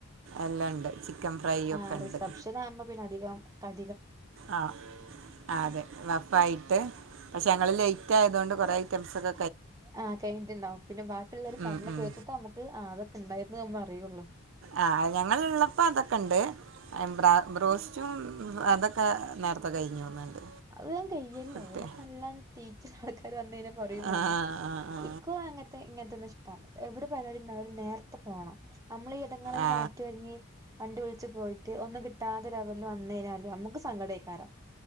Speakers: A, on the right; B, on the right.
A: എല്ലാം ഉണ്ട് ചിക്കൻ ഫ്രൈ
B: ആ
A: ഒക്കെ ഉണ്ട്
B: റിസപ്ഷൻ ആകുമ്പോ പിന്നെ അധികം ക
A: ആ അതെ വപ്പായായിട്ട് പക്ഷെ ഞങ്ങള് ലേറ്റ് ആയതുകൊണ്ട് കുറെ ഐറ്റംസ് ഒക്കെ
B: ആഹ് കഴിഞ്ഞിട്ടുണ്ടാവും പിന്നെ ബാക്കിയുള്ളവര്
A: ഉം,
B: പറഞ്ഞ്
A: ഉം.
B: കേട്ടിട്ട് നമുക്ക് അത് ഉണ്ടായിന്ന് നമ്മള് അറിവൊള്ളൂ
A: ആ ഞങ്ങള് ഉള്ളപ്പോ അതൊക്കെ ഉണ്ട് ബ്രാ ബ്രോസ്റ്റും അതൊക്കെ നേരത്തെ കഴിഞ്ഞുന്നു തോന്നുന്നുണ്ട്
B: അത് വേഗം കഴിയല്ലോ
A: കിട്ടിയ
B: എന്നക് അല്ലാ തീച്ചാൽ <unintelligible> അവരു വന്നുകഴിഞ്ഞാൽ പറയുകേം
A: ആ
B: വേണ്ട
A: ആ ആ
B: എകും അങ്ങനാത്തെ ഇങ്ങനത്തെ പി എവിടെ പരുപാടിയുണ്ടായാലും നേരത്തെ പോണം നമ്മള് ഇതുങ്ങളെ
A: ആ
B: മാറ്റി ഒരുങ്ങി വണ്ടി വിളിച്ച് പോയിട്ട് ഒന്നുംകിട്ടാതെ റവലിൽ വന്നുകഴിഞ്ഞല് നമ്മൾക്ക് സങ്കടയികറാ